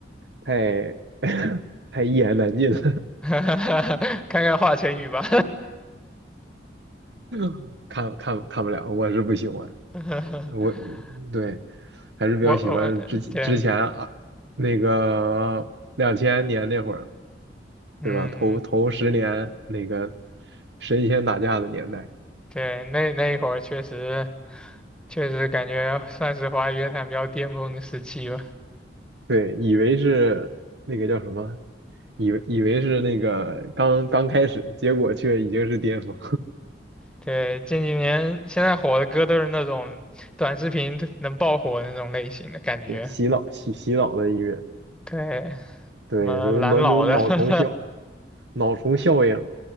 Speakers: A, on the right; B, in the centre.
A: 太 <laughs> 太一言难尽了，
B: <laughs> 看看华晨宇吧。
A: <laughs> 看看看不了，我是不喜欢。
B: <laughs>
A: 我我对，还是比较喜欢之之前啊那个两千年那会儿，
B: 我我对，嗯，
A: 对吧？头头十年那个神仙打架的年代，
B: 对，那那一会儿确实。确实感觉算是华语乐坛比较巅峰的时期吧。
A: 对，以为是那个叫什么，以为以为是那个刚刚开始，结果却已经是巅峰，
B: 对，近几年现在火的歌都是那种短视频能爆火的那种类型的感觉。
A: <laughs> 是洗脑洗洗脑的音乐，
B: 对，
A: 对，
B: 什么蓝老的，
A: 都能有脑虫效
B: <laughs>
A: 脑虫效应，